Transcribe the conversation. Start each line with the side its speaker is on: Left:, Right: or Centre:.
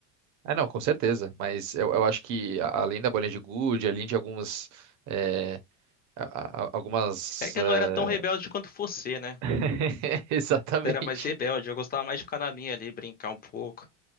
Right: É, não, com certeza. Mas eu, eu acho que a- além da bolinha de gude, além de alguns. é, a- a- algumas.
Left: É que
Right: é,
Left: eu não era tão rebelde quanto você, né?
Right: <laughs> Exatamente.
Left: Você era mais rebelde, eu gostava mais de ficar na minha ali, brincar um pouco.